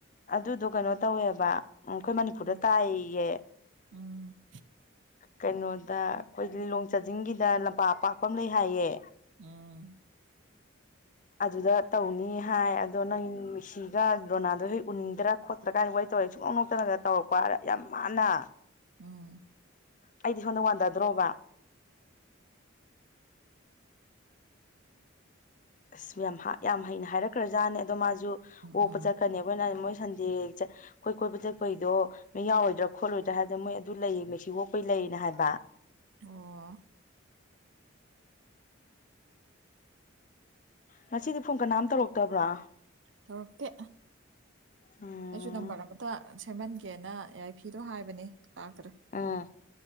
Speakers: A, on the left (about 40°); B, on the right (about 65°).
A: ꯑꯗꯨꯗꯣ ꯀꯩꯅꯣ ꯇꯧꯋꯦꯕ ꯎꯝ ꯈꯣꯏ ꯃꯅꯤꯄꯨꯔꯗ
B: ꯎꯝ
A: ꯇꯥꯏꯌꯦꯌꯦ
B: ꯎꯝ
A: ꯀꯩꯅꯣꯗ ꯑꯩꯈꯣꯏ ꯂꯤꯂꯣꯡ ꯆꯥꯖꯤꯡꯒꯤꯗ ꯂꯝꯄꯥꯛ ꯑꯄꯥꯛꯄ ꯑꯃ ꯂꯩ ꯍꯥꯏꯌꯦ꯫
B: ꯎꯝ
A: ꯑꯗꯨꯗ ꯇꯧꯅꯤ ꯍꯥꯏ ꯑꯗꯣ ꯅꯪ ꯃꯤꯛꯁꯤꯒ ꯔꯣꯅꯥꯗꯣ ꯍꯣꯏ ꯎꯅꯤꯡꯗꯔꯥ ꯈꯣꯠ ꯁꯀꯥꯏꯅ ꯋꯥꯔꯤ ꯇꯧꯔꯦ ꯁꯨꯡꯅꯣꯛ ꯅꯣꯛꯇꯅꯒ ꯇꯧꯔꯛꯄ ꯍꯥꯏꯔ ꯌꯥꯝ ꯃꯥꯟꯅ
B: ꯑꯝ
A: ꯑꯩꯗꯤ ꯁꯣꯝꯗ ꯋꯥꯟꯗꯗ꯭ꯔꯣꯕ꯫ ꯑꯁ ꯌꯥꯝ ꯌꯥꯝ ꯍꯩꯅ ꯍꯥꯏꯔꯛꯈ꯭ꯔꯖꯥꯠꯅꯦ ꯑꯗꯣ ꯃꯥꯁꯨ
B: ꯎꯝ
A: ꯑꯣꯛꯄ
B: ꯎꯝ
A: ꯆꯠꯀꯅꯤ ꯑꯩꯈꯣꯏꯅ ꯃꯣꯏ ꯁꯟꯗꯦ ꯑꯩꯈꯣꯏ ꯀꯣꯏꯕ ꯆꯠꯄꯩꯗꯣ ꯅꯣꯏ ꯌꯥꯎꯔꯣꯏꯗ꯭ꯔꯥ ꯈꯣꯠꯂꯣꯏꯗ꯭ꯔꯥ ꯍꯥꯏꯗꯅ ꯃꯣꯏ ꯑꯗꯨ ꯂꯩꯌꯦ ꯃꯩ ꯁꯤꯋꯣꯛꯄꯩ ꯂꯩꯌꯦꯅ ꯍꯥꯏꯕ
B: ꯑꯣ
A: ꯉꯁꯤꯗꯤ ꯐꯣꯟ ꯀꯅꯥꯝ ꯇꯧꯔꯛꯇꯕ꯭ꯔꯣ
B: ꯇꯧꯔꯛꯇꯦ
A: ꯎꯝ
B: ꯑꯩꯁꯨ ꯅꯝꯕꯔ ꯑꯃꯇ ꯁꯦꯝꯍꯟꯒꯦꯅ ꯌꯥꯏꯐꯤꯗꯣ ꯍꯥꯏꯕꯅꯦ ꯂꯥꯛꯇ꯭ꯔꯦ
A: ꯑꯣ